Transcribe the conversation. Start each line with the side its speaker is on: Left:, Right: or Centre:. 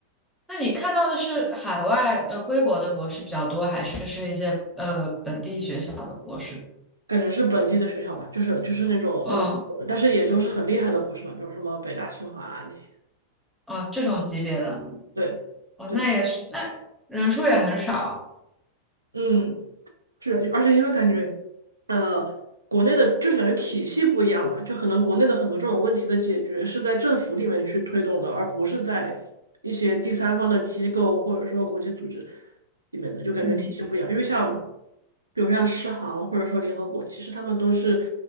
Centre: 那你看到的是海外呃归国的博士比较多，还是是一些呃本地学校的博士？
Right: 感觉是本地的学校吧，就是就是那种呃，
Centre: 嗯，
Right: 但是也就是很厉害的博士嘛，比如什么北大、清华啊那些。
Centre: 啊，这种级别的，
Right: 对，
Centre: 哦，
Right: 对，
Centre: 那也是，那人数也很少啊。
Right: 嗯，是的而且因为感觉，呃，国内的就是感觉体系不一样吧，就可能国内的很多这种问题的解决是在政府里面去推动的，而不是在一些第三方的机构或者说国际组织里面的，就感觉体系不一样。
Centre: 嗯
Right: 因为像，比如像世行或者说联合国，其实他们都是